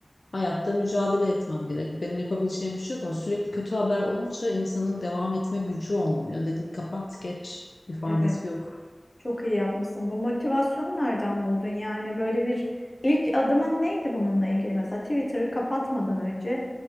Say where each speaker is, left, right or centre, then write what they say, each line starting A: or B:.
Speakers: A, on the left; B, on the left.
A: Hayatta mücadele etmem gerek. Benim yapabileceğim bir şey yok ama sürekli kötü haber olunca insanın devam etme gücü olmuyor. Dedim kapat geç bir faydası
B: Evet.
A: yok.
B: Çok iyi yapmışsın. Bu motivasyonu nereden buldun? Yani böyle bir ilk adımın neydi bununla ilgili? Mesela Twitter'ı kapatmadan önce